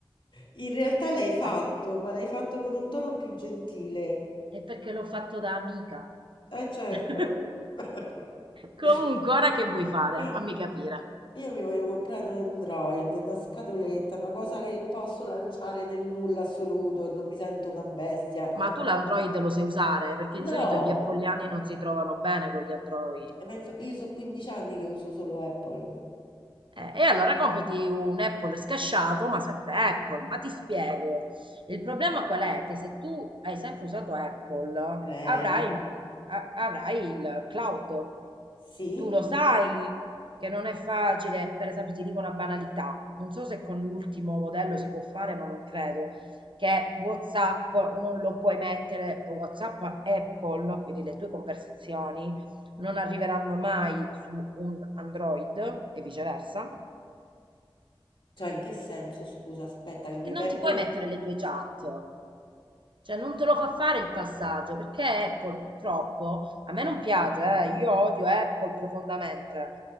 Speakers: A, on the left; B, on the right.
A: in realtà l'hai fatto,
B: Eh,
A: ma l'hai fatto con un tono più gentile.
B: è perché l'ho fatto da amica.
A: Eh certo.
B: <laughs>
A: <laughs>
B: Comunque, ora che vuoi fare?
A: Eh.
B: Fammi capire.
A: Io mi voglio comprare un Android, una scatoletta, una cosa che posso lanciare nel nulla assoluto e non mi sento una bestia.
B: Ma tu l'Android lo sai usare? Perché di
A: No,
B: solito gli appoliani non si trovano bene con gli Android.
A: Eh, ma inf- io so 15 anni che uso solo Apple.
B: Eh, e allora comprati un Apple scasciato, ma sempre Apple. Ma ti spiego, il problema qual è? Che se tu hai sempre usato Apple,
A: Eh,
B: avrai, un- a- avrai il cloud.
A: sì?
B: Tu lo sai che non è facile, per esempio, ti dico una banalità, non so se con l'ultimo modello si può fare, ma non credo, che WhatsApp non lo puoi mettere, WhatsApp a Apple, quindi le tue conversazioni non arriveranno mai su un Android e viceversa,
A: Cioè, in che senso? Scusa, aspetta che mi
B: che non
A: perdo
B: ti puoi
A: il...
B: mettere le tue chat. Cioè, non te lo fa fare il passaggio perché Apple purtroppo a me non piace, eh, io odio Apple profondamente.